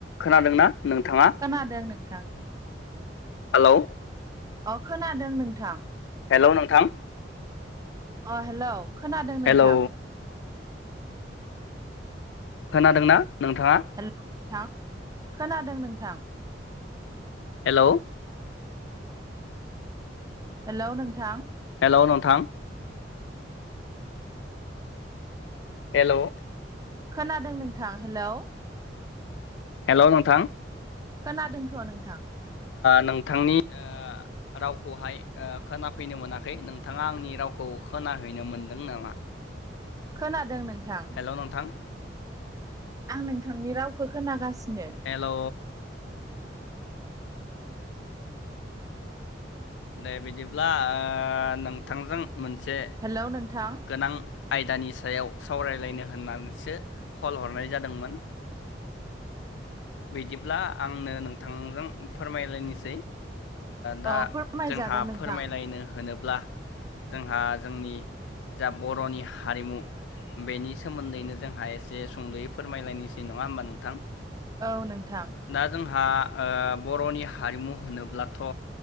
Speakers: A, on the left (about 75°); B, on the right (about 20°).
A: खोनादोंना नोंथाङा?
B: खोनादों नोंथां।
A: हेलौ
B: अ खोनादों नोंथां।
A: हेल' नोंथां।
B: अ हेल' खोनादों
A: हेलौ
B: नों <unintelligible>
A: खोनादोंना नोंथाङा?
B: हेल' नोंथां खोनादों नोंथां।
A: हेल'।
B: हेल' नोंथां।
A: हेल' नोंथां। हेल'।
B: खोनादों नोंथां हेलौ
A: हेल' नोंथां।
B: खोनादोंथ' नोंथां।
A: नोंथांनि रावखौहाय खोनाफैनो मोनाखै। नोंथाङा आंनि रावखौ खोनाहैनो मोनदों नामा?
B: खोनादों नोंथां।
A: हेल' नोंथां।
B: आं नोंथांनि रावखौ खोनागासिनो
A: हेल' दे बिदिब्ला नोंथांजों मोनसे
B: हेलौ नोंथां
A: गोनां आयदानि सायाव सावरायलायनो होननानैसो कल हरनाय जादोंमोन। बिदिब्ला आंनो नोंथांजों फोरमायलायनोसै। दा
B: औ फोरमायजागोन
A: जोंहा
B: नोंथां
A: फोरमायलायनो होनोब्ला जोंहा जोंनि जा बर'नि हारिमु बेनि सोमोन्दैनो जोंहा एसे सुंद'यै फोरमायलायनोसै नङा होमबा नोंथां।
B: औ नोंथां।
A: दा जोंहा बर'नि हारिमु होनोब्लाथ'